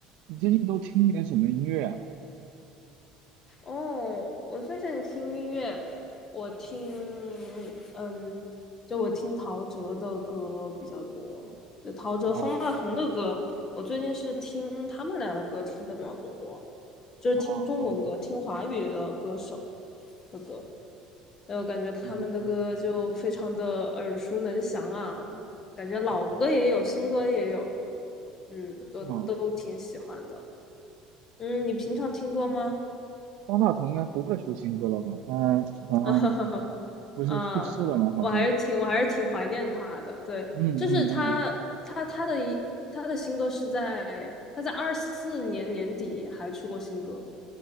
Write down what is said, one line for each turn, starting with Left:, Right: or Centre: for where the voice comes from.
Right: 你最近都听点什么音乐啊？
Left: 哦，我最近听音乐，我听，嗯，就我听陶喆的歌比较多，就陶喆、
Right: 哦
Left: 方大同的歌，我最近是听他们俩的歌听的比较多，就是听中文歌，
Right: 哦哦，
Left: 听华语的歌手的歌，然后感觉他们的歌就非常的耳熟能详啊，
Right: 嗯嗯，
Left: 感觉老歌也有，新歌也有，嗯，都都挺喜欢的。
Right: 嗯
Left: 嗯，你平常听歌吗？
Right: 嗯方大同应该不会出新歌了吧？他
Left: <laughs>
Right: 好像
Left: 啊，哈哈，
Right: 不是去世了吗？
Left: 啊，
Right: 好像。
Left: 我还是挺我还是挺怀念他的。对，
Right: 嗯嗯嗯。
Left: 就是他他他的一他的新歌是在他在二四年年底还出过新歌。